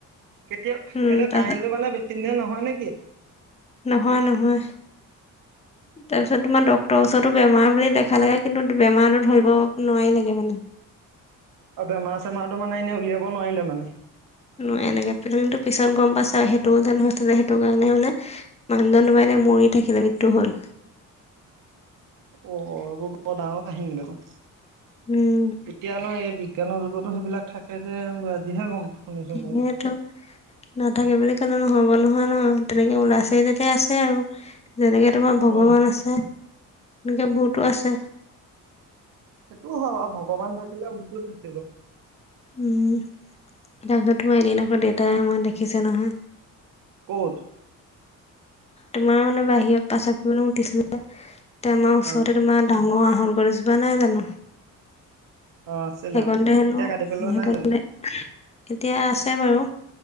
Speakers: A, on the right; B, on the left.
A: কেতিয়া
B: উম
A: এইটো
B: তাৰপিছত
A: কাহিনীটো মানে বেছি দিনিয়া নহয় নেকি?
B: নহয় নহয়। তাৰপিছত
A: অ
B: তোমাৰ ডকটৰৰ ওচৰতো বেমাৰ বুলি দেখালেগে, কিন্তু বেমাৰ ধৰিব নোৱাৰিলে মানে।
A: অ', বেমাৰ-চেমাৰটো মানে এনে উলিয়াব নোৱাৰিলে মানে।
B: ন এনেকে, প্ৰবলেমটো পিছত গ'ম পাইছে সেইটো যেন হৈছিল যে সেইটো কাৰণে মানে মানুহজন তোমাৰ এতিয়া মৰি থাকিলে, মৃত্যু হ'ল।
A: অ', এইবোৰ বৰ ডাঙৰ কাহিনী দেখোন,
B: উম
A: এতিয়া নো এই বি বিজ্ঞানৰ যুগতো সেইবিলাক থাকে যে আজিহে গ'ম শুনিছো
B: সেইতো।
A: ময়ো
B: নাথাকে বুলি ক'লে নহ'ব নহয় ন' তেনেকে, ওলাইছে যেতিয়া আছে আৰু। যেনেকে তোমাৰ ভগৱান
A: উম
B: আছে, তেনেকে ভুটো আছে।
A: সেইটোও হয় বাৰু, ভগৱান থাকিলে ভূটো থাকিব।
B: উম, তাৰপিছত তোমাৰ এদিন আকৌ দেউতাই আমাৰ দেখিছে নহয়।
A: ক'ত?
B: তোমাৰ মানে বাহিৰত প্ৰসাৱ কৰিবলে উঠিছিলে। তে আমাৰ ওচৰতে
A: অ
B: তোমাৰ, ডাঙৰ আহত গছ এজোপা নাই জানো?
A: অ আছিলে
B: সেইকণতে
A: অ
B: হেনো,
A: এতিয়া কাটি পেলোৱা
B: সেইকনতে
A: নাই জানো
B: এতিয়া আছে বাৰু,